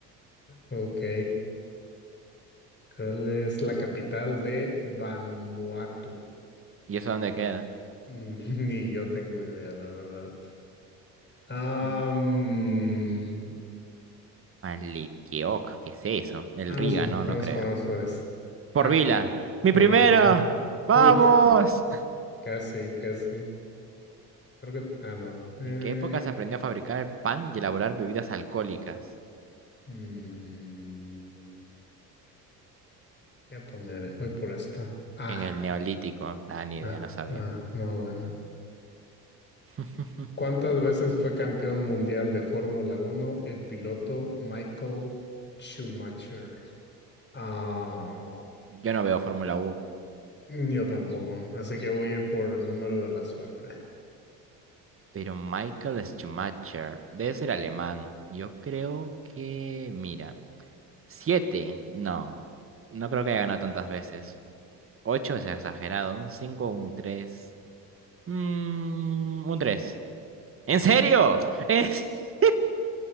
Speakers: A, on the left; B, on the right.
A: Ok. ¿Cuál es la capital de Vanuatu?
B: ¿Y eso dónde queda?
A: Mm, <laughs> Ni yo tengo idea, la verdad. Am,
B: Mm, Malequioc, ¿qué es eso? El
A: vamos,
B: Riga, no,
A: vamos,
B: no creo.
A: vamos por eso.
B: Porvila.
A: Ah,
B: Mi
A: por
B: primero.
A: vida.
B: ¡Vamos!
A: Uf,
B: <laughs>
A: casi, casi. Creo que. Ah, no. Eh,
B: ¿En qué época se aprendió a fabricar el pan y elaborar bebidas alcohólicas?
A: mm, voy a poner, voy por esta. Ah.
B: En el Neolítico. Nada, ni idea,
A: Ah,
B: no sabía.
A: ah, no, bueno.
B: <laughs>
A: ¿Cuántas veces fue campeón mundial de Fórmula Uno el piloto Michael Schumacher? Ah,
B: Yo no veo Fórmula uno
A: yo tampoco, así que voy a ir por el número de la suerte.
B: pero Michael Schumacher debe ser alemán. Yo creo que, mira, siete, no, no creo que haya ganado tantas veces. Ocho es exagerado, un cinco, un tres, mm, un tres. ¿En serio? <laughs> ¿Es...